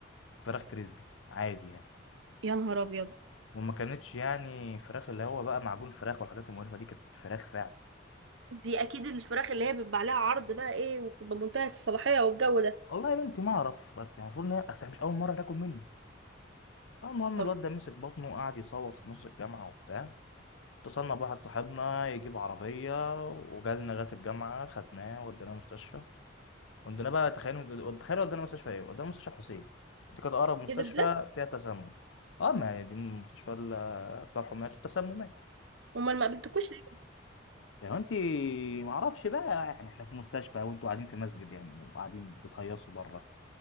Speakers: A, on the left (about 80°); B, on the right (about 75°).
A: فراخ كريسبي عادي يعني
B: يا نهار ابيض
A: وما كانتش يعني فراخ اللي هو بقى معجون فراخ والحاجات المقرفه دي كانت فراخ فعلا
B: دي اكيد الفراخ اللي هي بيبقى عليها عرض بقى ايه وبتبقى منتهيه الصلاحيه والجو ده
A: والله يا بنتي ما اعرف بس يعني المفروض ان هي اصل هي مش اول مره تاكل مني المهم
B: طب
A: الواد ده مسك بطنه وقعد يصوت في نص الجامعه وبتاع اتصلنا بواحد صاحبنا يجيب عربيه وجالنا لغايه الجامعه خدناه وديناه مستشفى وديناه بقى تخيل تخيل ودينا مستشفى ايه ودينا مستشفى حسين دي كانت اقرب مستشفى
B: ايه ده بجد
A: فيها تسمم اه ما هي دي مستشفى ال- بتاع الحميات والتسممات
B: امال ما قابلتكوش ليه
A: يعني انت ما اعرفش بقى يعني احنا في مستشفى وانتوا قاعدين في مسجد يعني وقاعدين بتهيصوا بره